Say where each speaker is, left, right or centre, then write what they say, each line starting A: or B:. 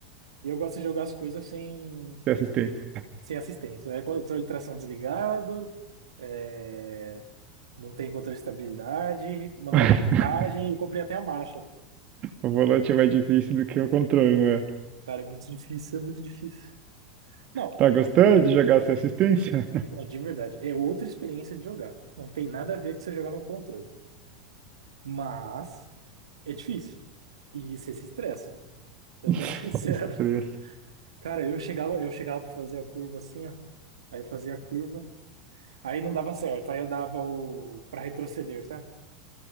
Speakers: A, on the right; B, on the right.
A: E eu gosto de jogar as coisas sem,
B: tem assistência.
A: sem assistência. É controle de tração desligado. é, não tem controle de estabilidade. Manual
B: <laughs>
A: de viagem. Eu comprei até a marcha.
B: O volante é mais difícil do que o controle, não é?
A: Cara, é muito difícil, é muito difícil. Não.
B: Tá gostando de jogar sem assistência?
A: Ó, De verdade, é outra experiência de jogar. Não tem nada a ver com você jogar no controle. Mas é difícil. E você se estressa, sendo
B: <laughs>
A: bem <laughs> sincero.
B: Estresse.
A: Cara, eu chegava, eu chegava pra fazer a curva assim, ó. Aí eu fazia a curva. Aí não dava certo. Aí eu dava o. pra retroceder, sabe?